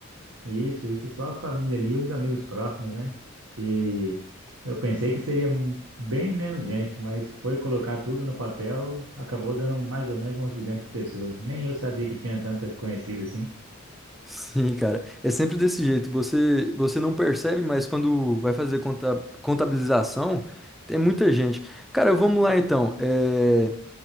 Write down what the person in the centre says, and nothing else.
Sim, cara. É sempre desse jeito. Você, você não percebe, mas quando vai fazer conta, contabilização, tem muita gente. Cara, vamos lá então. É,